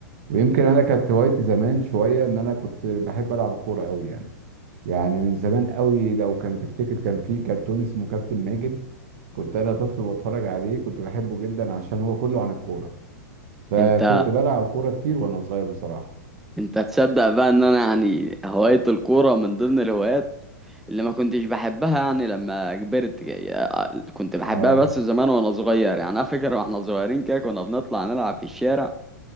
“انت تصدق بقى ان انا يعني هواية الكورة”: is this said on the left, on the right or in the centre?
Centre